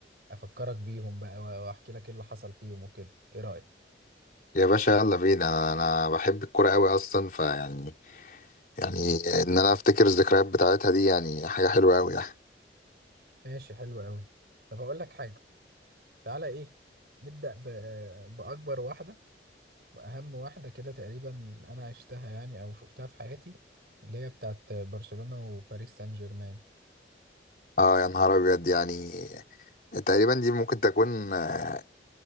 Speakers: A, on the right; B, on the left.
A: افكرك بيهم بقى واحكي لك ايه اللي حصل فيهم وكده ايه رأيك
B: يا باشا يلا بينا انا انا بحب الكوره قوي اصلا فيعني يعني يعني ان انا افتكر الذكريات بتاعتها دي يعني حاجه حلوه قوي يعني
A: ماشي حلو قوي طب هقول لك حاجة تعالى ايه نبدأ ب- بأكبر واحدة واهم واحده كده تقريبا انا عشتها يعني او شفتها في حياتي اللي هي بتاعت برشلونه وباريس سان جيرمان
B: اه يا نهار ابيض يعني تقريبا دي ممكن تكون آه،